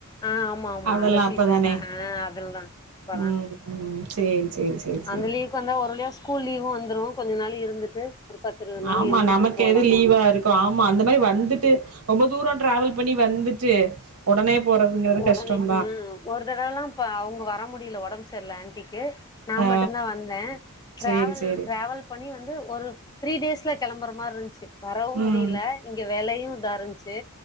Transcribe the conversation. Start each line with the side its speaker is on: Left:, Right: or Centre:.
Left: ஆ ஆமா ஆமா
Right: அதெல்லா
Left: அந்த சீசன்
Right: அப்பதானே
Left: தா ஆ அதுல தா அப்பதா
Right: ம் ம் சேரி சேரி சேரி சேரி
Left: அந்த லீவ் உக் வந்தா ஒரு வளியா ஸ்கூல் லீவு வந்துடு கொஞ்ச நாள் இருந்துட்டு ஒரு பத்து இருபது நாள்
Right: ஆமா
Left: இருந்துட்டு
Right: நமக்கு
Left: போலா
Right: எது லீவா இருக்கு ஆமா அந்த மாதிரி வந்துட்டு ரொம்ப தூரம் டிராவல் பண்ணி வந்துட்டு உடனே போறதுங்கறது
Left: ஒடனே
Right: கஷ்டம்தா
Left: ம் ஒரு தடவைல்லா இப்ப அவுங்க வர முடியில ஒடம்பு சரில ஆன்டிக்கு நா
Right: ஆ
Left: மட்டுந்தா வந்த ட்ராவல்
Right: சேரி சேரி
Left: ட்ராவல் பண்ணி வந்து ஒரு த்ரீ டேஸ்ல கெளம்புற மாரி இருந்த்ச்சு வரவு
Right: ம்
Left: முடியில இங்க வேலையு இதா இருந்த்ச்சு து